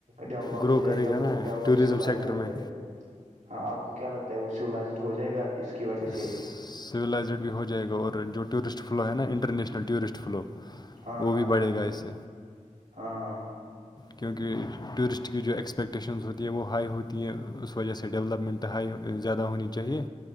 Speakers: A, on the right; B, on the left.
A: ڈیولپ
B: گرو
A: ہو جائے
B: کرے
A: گا وہ
B: نا
A: ڈیولپ
B: ٹورزم
A: سائزڈ
B: سیکٹر
A: ہو جائے
B: میں
A: گا ہاں آپ کو کیا لگتا ا وہ سو لزڈ ہو جائے گا اس کی وجہ سے
B: سویلائزڈ بھی ہو جائے گا اور جو ٹورسٹ فلو ہے نا انٹرنیشنل ٹورسٹ فلو
A: ہاں
B: وہ
A: ہاں
B: بھی بڑے کش
A: ہاں ہاں ہاں
B: کیونکہ ٹورسٹ کی جو ایکسپیکٹیشنز ہوتی ہے وہ ہائی ہوتی ہے اس وجہ سے ڈیولپمنٹ ہائی زیادہ ہونی چاہیے